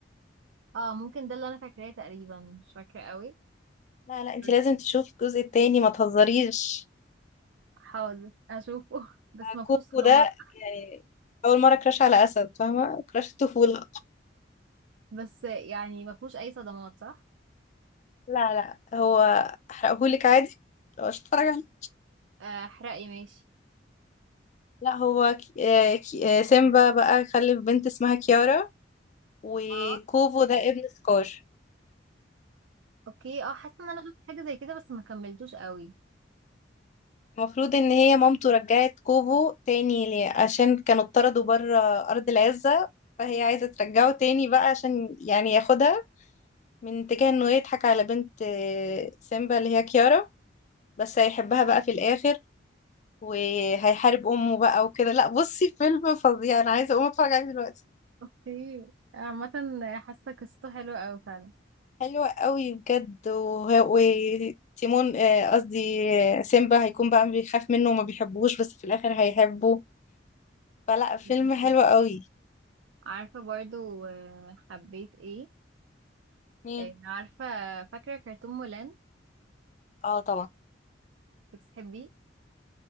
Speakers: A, on the right; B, on the left.
A: اه ممكن ده اللي انا فاكراه تقريبا مش فاكرة قوي
B: لا لا انت
A: بس
B: لازم تشوفي الجزء التاني ما تهزريش
A: حاضر اشوفه <laughs> بس ما
B: كوكو
A: فيهوش صدمات
B: ده يعني اول مره كراش على اسد فاهمه كراش الطفوله
A: بس يعني ما فيهوش اي صدمات صح
B: لا لا هو احرقهولك عادي لو مش هتتفرج عليه
A: آه، احرقي ماشي
B: لا هو ك- آه، ك- آه، سيمبا بقى خلف بنت اسمها كيارا وكوفو
A: اه
B: ده ابن سكار
A: اوكي اه حاسه ان انا شفت حاجه زي كده بس ما كملتوش قوي
B: فالمفروض ان هي مامته رجعت كوفو تاني ليه؟ عشان كانوا اتطردوا بره ارض العزة فهي عايزة ترجعه تاني بقى عشان يعني ياخدها من اتجاه انه يضحك على بنت آه، سيمبا اللي هي كيارا بس هيحبها بقى في الاخر وهيحارب امه بقى وكده لا بصي فيلم فظيع انا عايزه اقوم اتفرج عليه دلوقتي
A: اوكي عامه حاسه قصته حلوه قوي فعلا
B: حلوة قوي بجد وه- وتيمون آه، قصدي آه، سيمبا هيكون بقى بيخاف منه وما بيحبوش بس في الاخر هيحبه فلا فيلم
A: أكيد.
B: حلو قوي
A: عارفه برضو آه، حبيت ايه
B: مين
A: آه، عارفه فاكره كرتون مولان
B: اه طبعا
A: بتحبيه